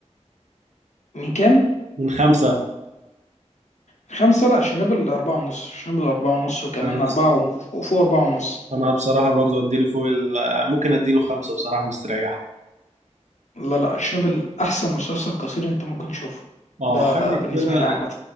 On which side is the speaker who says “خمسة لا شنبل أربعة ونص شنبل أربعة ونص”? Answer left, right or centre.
Left